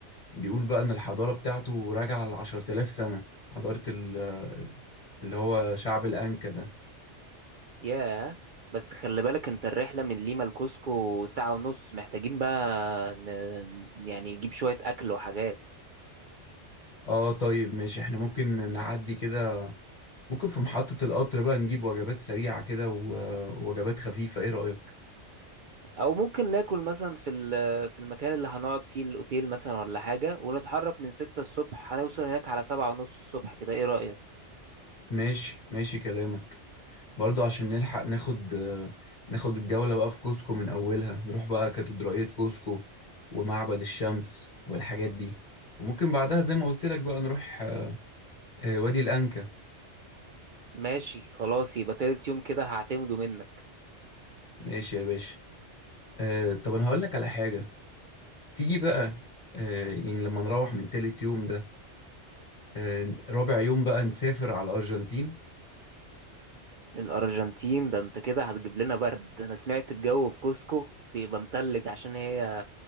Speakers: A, on the left; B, on the right.
A: بيقول بقى ان الحضارة بتاعته راجعة لعشرة آلاف سنة حضارة ال- اللي هو شعب الانكا ده
B: ياه بس خلي بالك انت الرحلة من ليما لكوسكو ساعة ونص محتاجين بقى ن... يعني نجيب شوية أكل وحاجات
A: اه طيب ماشي احنا ممكن نعدي كده ممكن في محطة القطر بقى نجيب وجبات سريعة كده و- ووجبات خفيفة ايه رأيك
B: او ممكن ناكل مثلا في ال- في المكان اللي هنقعد فيه الاوتيل مثلا ولا حاجه ونتحرك من ستة الصبح هنوصل هناك على سبعة ونص الصبح كده ايه رايك
A: ماشي ماشي كلامك برضو عشان نلحق ناخد ناخد الجولة بقى في كوسكو من أولها نروح بقى كاتدرائية كوسكو ومعبد الشمس والحاجات دي وممكن بعدها زي ما قلت لك بقى نروح آه، آه، وادي الأنكا
B: ماشي خلاص يبقى تالت يوم كده هعتمده منك
A: ماشي يا باشا آه، طب أنا هقول لك على حاجة تيجي بقى آه، يعني لما نروح من تالت يوم ده آه، رابع يوم بقى نسافر على الأرجنتين
B: الارجنتين ده انت كده هتجيب لنا برد انا سمعت الجو في كوسكو بيبقى متلج عشان هي